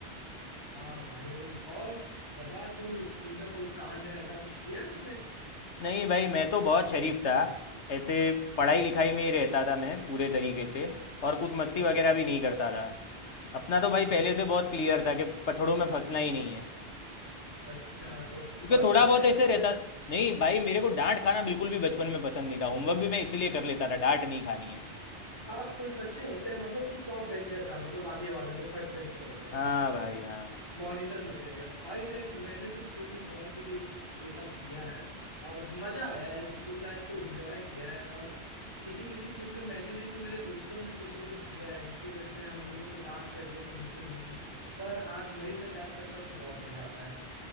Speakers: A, on the left; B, on the left.
A: हाँ भाई और बता तू स्कूल का कोई कांड है ऐसा कुछ किया है तूने
B: नहीं भाई मैं तो बहुत शरीफ था ऐसे पढ़ाई लिखाई में ही रहता था मैं पूरे तरीके से और कुछ मस्ती
A: तो,
B: वगैरह भी नहीं करता था अपना तो भाई
A: अ,
B: पहले से बहुत क्लियर था कि पछड़ों में फंसना ही नहीं है
A: अच्छा तो
B: क्योंकि
A: प,
B: थोड़ा
A: पछड़े
B: बहुत ऐसे
A: तो
B: रहता
A: तेरे
B: नहीं भाई मेरे को डांट खाना बिल्कुल भी बचपन में पसंद नहीं था होमवर्क भी मैं इसीलिए कर लेता था डांट नहीं खानी है
A: हाँ कुछ बच्चे होते हैं मतलब तू टॉप बेंचर था मतलब आगे वाला जो फर्स्ट बेंचर होते हैं
B: हाँ भाई हाँ
A: मॉनिटर मटेरियल भाई देख मैंने तो स्कूल में बहुत ही ये सब किया है और मजा आया है एक स्कूल लाइफ को एंजॉय किया है और किसी किसी चीज में मैंने नहीं तो मेरे दोस्तों ने कुछ ना कुछ किया है जिसकी वजह से हम लोगों को डांट पड़ी हो पनिशमेंट मिली हो। पर आज वही सब याद करता हूँ तो बहुत मजा आता है